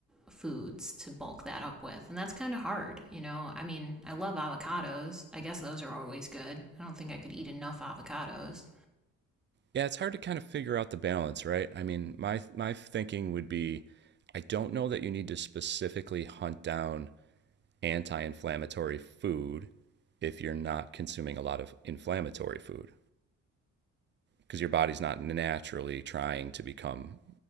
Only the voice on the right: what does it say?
yeah it's hard to kind of figure out the balance right i mean my my thinking would be i don't know that you need to specifically hunt down anti inflammatory food if you're not consuming a lot of inflammatory food because your body's not naturally trying to become